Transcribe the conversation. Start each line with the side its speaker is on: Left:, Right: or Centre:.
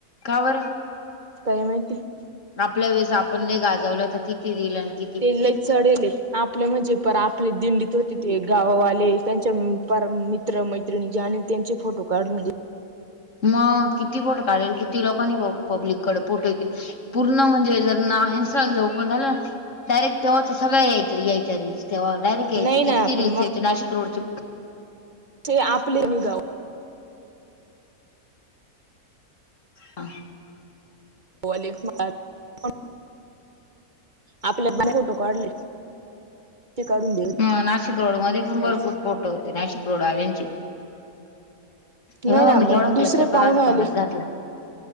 Left: कां बरं
Right: कायं माहिती.
Left: आपल्यां वेळेसं आपणं लंय गाजवलंता किती रिल आणि कि.
Right: ते लई चढले आपल्यां म्हणजे प आपले दिंडीतं होते ते गावांवाले त्यांच्या. कारण मित्र मैत्रिणीने त्यांचे फोटो काढून
Left: मग किती पोट काढेल किती लोकांनी पब्लिक कडे पोट येतील पूर्ण म्हणजे जर ना इन्स्टॉल जर ओपन झालं डायरेक्ट तेव्हा तर सगळ्या याय यायच्या आधी तेव्हा डायरेक्ट यायचं
Right: नाही ना
Left: किती रीलल्स
Right: पण
Left: यायचे नाशिक रोडचे
Right: ते आपले नि गाव
Left: हा <unintelligible>
Right: <unintelligible> आपले पण फोटो काढले ह <inaudible> ते काढून दे
Left: मग नाशिक रोड मध्ये पण भरपूर
Right: जायचे
Left: पोट होते नाशिक रोडवाल्यांचे
Right: नाही
Left: हे बाघ
Right: ना
Left: मी
Right: मग
Left: केवळ
Right: दुसरे
Left: कालची
Right: पाहुणे
Left: माझ्या तोंडात
Right: आले
Left: घातला